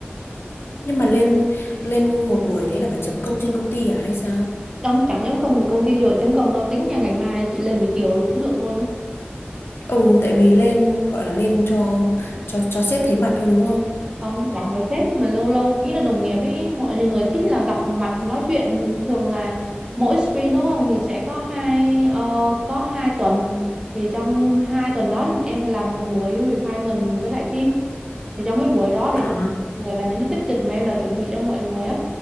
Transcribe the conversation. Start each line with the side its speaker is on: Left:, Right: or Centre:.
Left: Nhưng mà lên lên một buổi thế là phải chấm công trên công ty à hay sao?
Right: Chẳng chẳng giống công thì công ty giờ chống công đâu tính nha ngày mai chị lên buổi chiều là cũng được luôn đó.
Left: Ừ, tại vì lên gọi là lên cho cho cho sếp thấy mặt thôi đúng không?
Right: Không, chẳng với sếp mà lâu lâu ý là đồng nghiệp ấy mọi người thích là gặp mặt nói chuyện thường là mỗi sprint đúng không thì sẽ có hai ờ, có hai tuần thì trong hai tuần đó thì em phải làm một buổi refinement với lại team thì trong cái buổi đó để
Left: À,
Right: nói với mọi người là những cái tiết kịch mà em đã chuẩn bị cho mọi người á